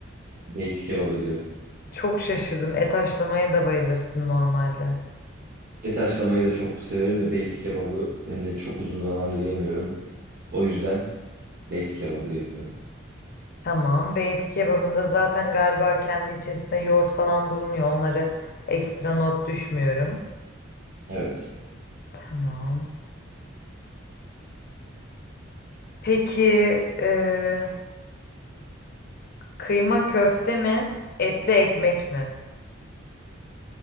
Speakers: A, on the right (about 50°); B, on the left (about 50°).
A: beyti kebabı diyorum.
B: Çok şaşırdım. Et haşlamaya da bayılırsın normalde.
A: Et haşlamayı da çok severim de beyti kebabı hem de çok uzun zamandır yemiyorum. O yüzden beyti kebabı diyorum.
B: Tamam. Beyti kebabında zaten galiba kendi içerisinde yoğurt falan bulunuyor. Onları ekstra not düşmüyorum.
A: Evet.
B: Tamam. Peki e, kıyma köfte mi? Etli ekmek mi?